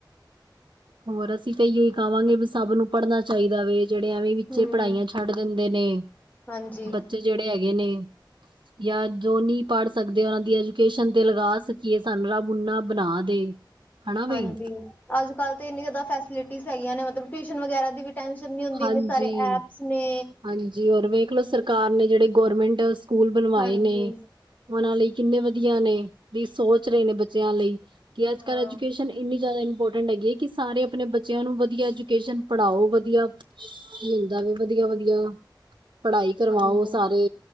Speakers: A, on the right; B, on the left.
A: ਹੋਰ ਅਸੀਂ ਤਾਂ ਏ ਈਓ ਕਵਾਂਗੇ ਵੀ ਸਬ ਨੂੰ ਪੜਨਾ ਚਾਈਦਾ ਵੇ। ਜੇੜੇ ਐਵੇਂ ਈ ਵਿੱਚੇ
B: ਹਮ
A: ਪੜਾਈਆਂ ਛੱਡ ਦਿੰਦੇ ਨੇ,
B: ਹਾਂਜੀ
A: ਬੱਚੇ ਜੇੜੇ ਹੈਗੇ ਨੇ, ਯਾਂ ਜੋ ਨੀ ਪੜ ਸਕਦੇ ਓਨਾਂ ਦੀ ਐਜੂਕੇਸ਼ਨ ਤੇ ਲਗਾ ਸ ਸਕੀਏ ਸਾਂਨੂੰ ਰੱਬ ਉਨਾ ਬਣਾ ਦੇ। ਹਨਾ ਬਈ
B: ਹਾਂਜੀ ਅੱਜ ਕੱਲ੍ਹ ਤੇ ਇੰਨੀ ਜਾਦਾ ਫੈਸਿਲਿਟੀਜ਼ ਹੈਗੀਆਂ ਨੇ ਮਤਲਬ ਟਿਊਸ਼ਨ ਵਗੈਰਾ ਦੀ ਵੀ ਟੈਂਸ਼ਨ ਨੀ ਹੁੰਦੀ
A: ਹਾਂਜੀ,
B: ਇਨੇ ਸਾਰੇ ਐਪਸ ਨੇ।
A: ਹਾਂਜੀ ਓਰ ਵੇਖਲੋ ਸਰਕਾਰ ਨੇ ਜੇੜੇ ਗੌਰਮੈਂਟ ਸਕੂਲ ਬਣਵਾਏ
B: ਹਾਂਜੀ,
A: ਨੇ। ਓਨਾਂ ਲਈ ਕਿੰਨੇ ਵਧੀਆ ਨੇ ਵੀ ਸੋਚ ਰੇ ਨੇ ਬੱਚਿਆਂ ਲਈ ਕੀ ਅੱਜ
B: ਹਾਂ,
A: ਕੱਲ ਐਜੂਕੇਸ਼ਨ ਇੰਨੀ ਜਾਦਾ ਇੰਪੋਰਟੈਂਟ ਹੈਗੀ ਐ ਕੀ ਸਾਰੇ ਆਪਣੇ ਬੱਚਿਆਂ ਨੂੰ ਵਧੀਆ ਐਜੂਕੇਸ਼ਨ ਪੜ੍ਹਾਓ ਵ ਧੀਆ ਕੀ ਹੁੰਦਾ ਵੇ ਵਧੀਆ-ਵਧੀਆ ਪੜ੍ਹਾਈ ਕਰਵਾਓ
B: ਹਾਂਜੀ,
A: ਸਾਰੇ।